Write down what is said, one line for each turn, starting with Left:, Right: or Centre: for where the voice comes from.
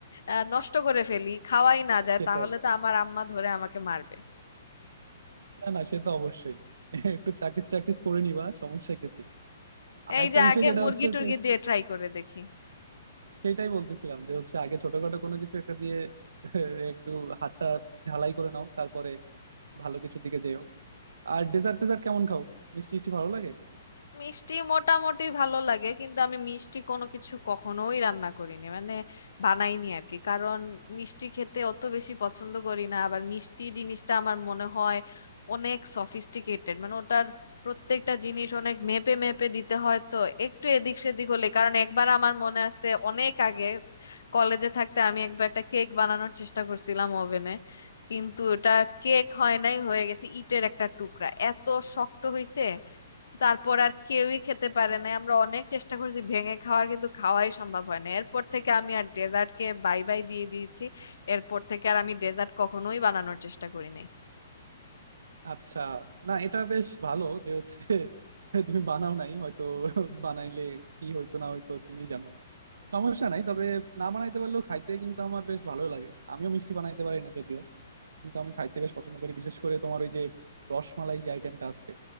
Left: আহ, নষ্ট করে ফেলি খাওয়াই না যায়
Right: সেটাই
Left: তাহলে তো আমার আম্মা ধরে আমাকে মারবে
Right: না না সে তো অবশ্যই <laughs> একটু প্র্যাকটিস ট্র্যাকটিস করে নিবা সমস্যা ক্ষেত্রে আর
Left: এই
Right: একটা
Left: যে
Right: বিষয়
Left: আগে
Right: যেটা
Left: মুরগি
Right: হচ্ছে
Left: টুরগি
Right: যে
Left: দিয়ে ট্রাই করে দেখি
Right: সেটাই বলতেছিলাম যে হচ্ছে আগে ছোটখাটো কোনো কিছু একটা দিয়ে <laughs> একটু হাতটা ঝালাই করে নাও তারপরে ভালো কিছুর দিকে যেও আর ডেজার্ট টেজার্ট কেমন খাও মিষ্টি মিষ্টি ভালো লাগে
Left: মিষ্টি মোটামুটি ভালো লাগে কিন্তু আমি মিষ্টি কোনো কিছু কখনোই রান্না করিনি মানে বানাইনি আর কি কারণ মিষ্টি খেতে অত বেশি পছন্দ করি না আবার মিষ্টি জিনিসটা আমার মনে হয় অনেক সফিস্টিকেটেড মানে ওটার প্রত্যেকটা জিনিস অনেক মেপে মেপে দিতে হয় তো একটু এদিক সেদিক হলে কারণ একবার আমার মনে আছে অনেক আগে কলেজে থাকতে আমি একবার একটা কেক বানানোর চেষ্টা করছিলাম ওভেনে কিন্তু ওটা কেক হয় নাই হয়ে গেছে ইটের একটা টুকরা এত শক্ত হয়েছে তারপর আর কেউই খেতে পারে না আমরা অনেক চেষ্টা করেছি ভেঙে খাওয়ার কিন্তু খাওয়াই সম্ভব হয় না এরপর থেকে আমি আর ডেজার্টকে বাই বাই দিয়ে দিয়েছি এরপর থেকে আর আমি ডেজার্ট কখনোই বানানোর চেষ্টা করি নাই
Right: আচ্ছা না এটা বেশ ভালো যে হচ্ছে <laughs> তুমি বানাও নাই হয়তো <laughs> বানাইলে কি হইতো না হইতো তুমি জানো সমস্যা নাই তবে না বানাইতে পারলেও খাইতে কিন্তু আমার বেশ ভালো লাগে আমিও মিষ্টি বানাইতে পারি না যদিও কিন্তু আমি খাইতে বেশ পছন্দ করি বিশেষ করে তোমার ওই যে রসমালাই যে আইটেমটা আছে